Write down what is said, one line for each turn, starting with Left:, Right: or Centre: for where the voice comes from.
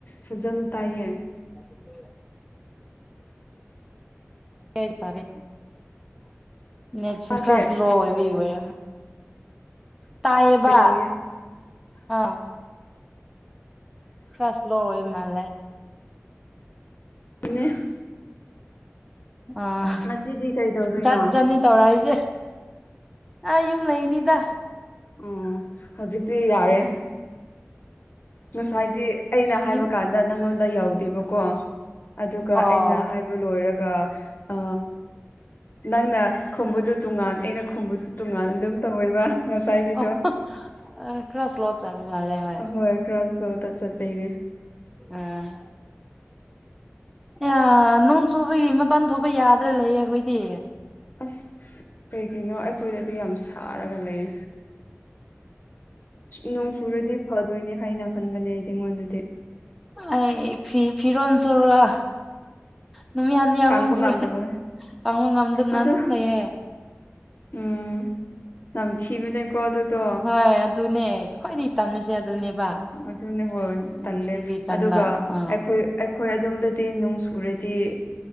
Left: ꯐꯖꯅ ꯇꯥꯏꯌꯦ
Centre: <unintelligible> ꯅꯦꯠ ꯌꯗꯦ ꯅꯦꯠꯁꯦ
Left: ꯇꯥꯗꯦ
Centre: ꯈꯔ ꯁ꯭ꯂꯣ ꯑꯣꯏꯕꯒꯤ ꯑꯣꯏꯔꯝꯒꯅꯤ ꯇꯌꯦꯕ
Left: ꯀꯩꯗꯧꯔꯤꯌꯦ
Centre: ꯑꯥ ꯈ꯭ꯔꯥ ꯏꯁꯂꯣ ꯑꯥꯏꯕ ꯃꯥꯟꯂꯦ
Left: ꯑꯗꯨꯅꯦ
Centre: ꯑꯥ
Left: ꯉꯁꯤꯗꯤ ꯀꯩꯗꯧꯗꯣꯏꯅꯣ
Centre: ꯆꯥꯛ ꯆꯥꯅꯅꯤ ꯇꯧꯔꯏꯁꯦ ꯑ ꯌꯨꯝ ꯂꯩꯅꯤꯗ
Left: ꯎ ꯍꯧꯖꯤꯛꯇꯤ ꯌꯥꯔꯦ ꯉꯁꯥꯏꯗꯤ ꯑꯩꯅ ꯍꯥꯏꯕ
Centre: ꯌꯨꯝ
Left: ꯀꯥꯟꯗ ꯅꯪꯉꯣꯟꯗ ꯌꯧꯗꯦꯕꯀꯣ ꯀꯣ ꯑꯗꯨꯒ
Centre: ꯑꯣ
Left: ꯑꯩꯅ ꯍꯥꯏꯕ ꯂꯣꯏꯔꯒ ꯑ ꯅꯪꯅ ꯈꯨꯝꯕꯗꯨ ꯇꯣꯉꯥꯟ ꯑꯩꯅ ꯈꯨꯝꯕꯗꯨ ꯇꯣꯉꯥꯟ ꯑꯗꯨꯝ ꯇꯧꯋꯦꯕ ꯉꯁꯥꯏꯒꯤꯗꯣ
Centre: ꯑꯣ ꯈꯔ ꯏꯁꯂꯣ ꯆꯠ ꯃꯥꯂꯦ ꯍꯣꯏ
Left: ꯍꯥꯏ ꯈ꯭ꯔꯥ ꯁꯂꫭ ꯏꯁꯂꯣꯗ ꯆꯠ ꯄꯩꯅꯦ
Centre: ꯎꯝ ꯑ ꯅꯣꯡ ꯆꯨꯕꯒꯤ ꯃꯄꯥꯟ ꯊꯣꯛꯄ ꯌꯥꯗ꯭ꯔꯥ ꯂꯩꯌꯦ ꯑꯩꯈꯣꯏꯗꯤ
Left: ꯑꯁ ꯀꯩꯒꯤꯅꯣ ꯑꯩꯈꯣꯏꯗꯗꯤ ꯌꯥꯝ ꯁꯥꯔꯒ ꯂꯩꯌꯦ ꯅꯣꯡ ꯆꯨꯔꯗꯤ ꯐꯗꯣꯏꯅꯦ ꯍꯥꯏꯅ ꯈꯟꯕꯅꯦ ꯑꯩꯗꯤ ꯑꯩꯉꯣꯟꯗꯗꯤ
Centre: ꯑꯩ ꯐꯤ ꯐꯤꯔꯣꯟ ꯁꯨꯔꯒ ꯅꯨꯃꯤꯠ ꯍꯅꯤ ꯑꯍꯨꯝ
Left: ꯀꯪꯕ
Centre: ꯁꯨꯔꯦ
Left: ꯉꯝꯗꯕꯗ
Centre: ꯇꯪꯕ ꯉꯝꯗꯅꯅꯥ
Left: ꯑꯗꯨ
Centre: ꯑꯗꯨꯝ ꯂꯩꯌꯦ
Left: ꯎꯝ ꯅꯝꯊꯤꯕꯅꯦ ꯀꯗꯨꯗꯣ
Centre: ꯍꯣꯏ ꯑꯗꯨꯅꯦ ꯈ꯭ꯋꯥꯏꯗꯤ ꯇꯟꯕꯁꯦ ꯑꯗꯨꯅꯦꯕ
Left: ꯑꯗꯨꯅꯦ ꯍꯣꯏ
Centre: ꯅꯝꯊꯤꯕꯤ
Left: ꯇꯜꯂꯦ
Centre: ꯇꯟꯕ
Left: ꯑꯗꯨꯒ
Centre: ꯑꯥ
Left: ꯑꯩꯈꯣꯏ ꯑꯩꯈꯣꯏ ꯑꯗꯣꯝꯗꯗꯤ ꯅꯨꯡ ꯆꯨꯔꯗꯤ